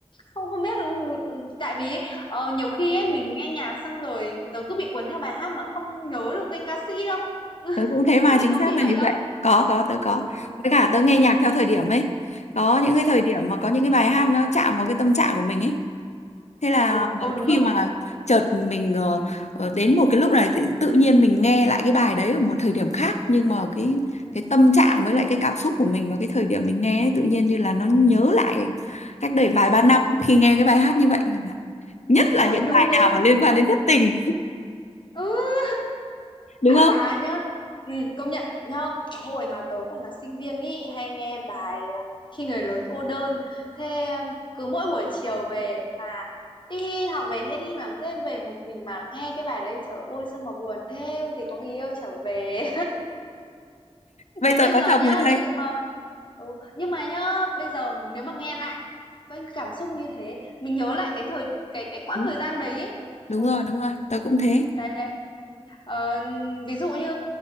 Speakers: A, on the left; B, on the left.
A: không không biết là- tại vì ấy, ờ, nhiều khi ấy, mình nghe nhạc xong rồi tớ cứ bị cuốn theo bài hát mà không nhớ được tên ca sĩ đâu <laughs>
B: tớ cũng thế mà
A: không biết
B: chính
A: có
B: xác
A: bị
B: là
A: vậy
B: như
A: không
B: vậy có có tớ
A: ừ
B: có với cả tớ nghe
A: ừ
B: nhạc theo thời điểm ấy có những cái thời
A: ừ
B: điểm mà có những cái bài hát nó chạm vào cái tâm trạng của mình ấy thế là
A: ồ ồ đúng
B: khi
A: rồi
B: mà chợt mình ờ, ờ, đến một cái lúc này tự, tự nhiên mình nghe lại cái bài đấy ở một thời điểm khác nhưng mà cái
A: ừ.
B: cái tâm trạng với lại cái cảm xúc của mình vào cái thời điểm mình nghe ấy, tự nhiên như là nó nhớ lại cách đây vài
A: ừ.
B: ba năm khi nghe cái bài hát như vậy chẳng hạn. nhất là
A: ôi
B: những
A: đúng
B: bài
A: đúng
B: nào mà liên quan đến thất tình
A: ừ
B: đúng không
A: À nhớ ừ, công nhận nhớ cái hồi mà tớ còn là sinh viên ý hay nghe bài à, Khi người lớn cô đơn thế um, cứ mỗi buổi chiều về mà đi học về hay đi làm thêm về một mình mà nghe cái bài đấy trời ơi sao mà buồn thế thì có người yêu trở về <laughs>
B: bây
A: đến
B: giờ
A: bây
B: có
A: giờ
B: chồng
A: nhá
B: rồi thấy
A: nếu như mà ừ, nhưng mà nhá bây giờ nếu mà nghe lại với cảm xúc như thế mình nhớ lại cái thời cái cái quãng
B: đúng
A: thời gian đấy ấy
B: Đúng
A: ừ,
B: rồi đúng rồi tớ cũng thế
A: đấy đấy Ờ, ví dụ như